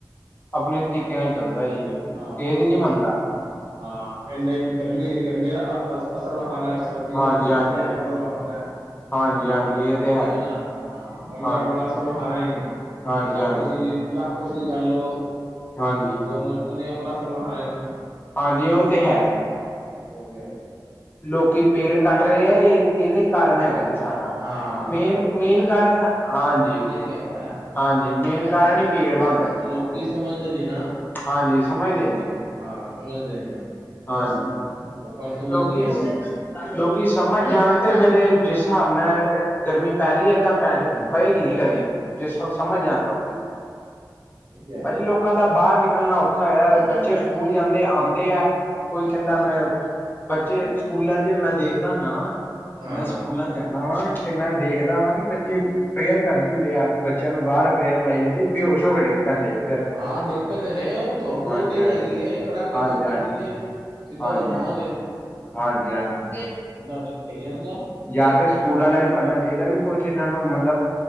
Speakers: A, on the left; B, on the right.
A: ਆਪਣੇ ਤਰੀਕੇ ਨਾਲ ਚੱਲਦਾ ਜੀ ਇਹ।
B: ਹਾਂ
A: ਕਿਸਦੀ ਨੀ ਮੰਨਦਾ।
B: ਹਾਂ ਇਹਨੇ ਗਰਮੀ ਚ ਗਰਮੀ ਦਾ ਅਸਰ ਵਿਖਾਉਣਾ ਹੈ, ਸਰਦੀਆਂ
A: ਹਾਂਜੀ
B: ਚ ਸਰਦੀਆਂ
A: ਹਾਂਜੀ
B: ਦਾ ਅਸਰ ਵਿਖਾਉਣਾ ਹੈ।
A: ਹਾਂਜੀ ਹਾਂਜੀ ਇਹ ਤੇ
B: ਠੀਕ ਹੈ
A: ਜੀ।
B: ਨਾ, ਹਾਂ ਉਹਨੇ
A: ਹਾਂਜੀ
B: ਆਪਣਾ। ਕਰਵਾਉਣਾ ਹੀ ਹੈ,
A: ਹਾਂਜੀ
B: ਭਾਵੇਂ
A: ਹਾਂਜੀ
B: ਤੁਸੀਂ ਲੱਖ ਕੋਸਿ਼ਸ਼ ਕਰ ਲਓ,
A: ਹਾਂਜੀ
B: ਜੋ ਮਰਜ਼ੀ। ਉਨੇ ਆਪਣਾ ਸਰ ਬਹਾਣਾ।
A: ਹਾਂਜੀ ਉਹ ਤੇ ਹੈ ਜੀ
B: ਹਾਂ ਓਹ ਤੇ ਹੈ ਹੀ
A: ਲੋਕੀ ਪੇੜ ਕੱਟ ਰਹੇ ਹੈ। ਇਹ ਇਹਦਾ ਹੀ ਕਾਰਨ ਹੈਗਾ। ਸਾਰਾ,
B: ਹਾਂ
A: ਮੇਨ- ਮੇਨ ਕਾਰਨ, ਹਾਂਜੀ।
B: ਹੀਗਾ,
A: ਹਾਂਜੀ ਮੇਨ ਕਾਰਨ ਹੀ ਪੇੜ ਬਣਦਾ ਜੀ,
B: ਲੋਕੀ ਸਮਝਦੇ ਨੇ ਨਾ
A: ਹਾਂਜੀ ਸਮਝਦੇ ਨੀ ਹੈਗੇ।
B: ਹਾਂ ਸਮਝਦੇ ਨੀ ਔ ਲੌਗ।
A: ਹਾਂਜੀ
B: ਲੋਕਾਂ ਨੂੰ ਸਮਝ
A: ਲੋਕੀ
B: ਨੀ ਐ ਅਜੇ।
A: ਲੋਕੀ ਸਮਝ ਜਾਣ ਤੇ ਫੇਰ ਏ ਜਿਸ ਸਾਬ ਨਾਲ ਏ ਗਰਮੀ ਪੈ ਰੀ ਏ ਏਦਾਂ। ਪੈਣੀ,
B: ਹੂੰ
A: ਪਏਗੀ ਨੀ ਕਦੀ, ਜਿਸ ਸਬ ਸਮਝ ਜਾਣ ਲੋਕੀ ਤੇ
B: ਔ ਤੇ ਹੈ ਈ।
A: ਅਹੀ ਲੋਕਾਂ ਦਾ ਬਾਹਰ ਨਿਕਲਣਾ ਔਖਾ ਹੋਇਆ ਔਯਾ। ਬੱਚੇ ਸਕੂਲ ਜਾਂਦੇ ਆਂਉਦੇ ਆ, ਕੋਈ ਕੇਂਦਾ ਮੈਂ ਬੱਚੇ ਸਕੂਲਾਂ 'ਚ ਮੈਂ ਦੇਖਦਾ ਹੁੰਨਾ ਵਾਂ
B: ਹਾਂ
A: ਮੈਂ ਸਕੂਲਾਂ ਚ ਜਾਂਨਾ ਵਾਂ ਤੇ ਮੈਂ ਦੇਖਦਾ ਵਾਂ ਕਿ ਬੱਚੇ ਪ੍ਰੇਅਰ ਕਰਦੇ ਹੁੰਦੇ ਆ, ਬੱਚਿਆਂ ਨੂੰ ਬਾਹਰ ਪ੍ਰੇਅਰ ਕਰਵਾਈ ਜਾਂਦੀ। ਬੇਹੋਸ਼ ਹੋ ਕੇ ਡਿੱਗ ਪੈਂਦੇ ਜੀ ਗਰਮੀ
B: ਹਾਂ ਡਿੱਗ ਪੈਂਦੇ ਨੇ ਧੱਪ ਬਹੁਤ
A: ਹਾਂਜੀ
B: ਤੇਜ਼
A: ਹਾਂਜੀ
B: ਹੈਗੀ ਹੈ ਕੜਾਕੇ
A: ਹਾਂਜੀ
B: ਦੀ ਧੁੱਪ ਪੈਂਦੀ ਹੈ।
A: ਹਾਂਜੀ
B: ਸਿੱਧਾ ਤੇ ਮਾਂ ਗਏ,
A: ਹਾਂਜੀ- ਹਾਂਜੀ,
B: ਡਿੱਗ ਜਾਂਦਾ।
A: ਜਾਂ ਤਾਂ ਸਕੂ ਸਕੂਲ ਆਲਿਆਂ ਨੂੰ ਕਰਨਾ ਚਾਈਦੈ ਵੀ ਕੁਛ ਇਨਾਂ ਨੂੰ ਮਤਲਬ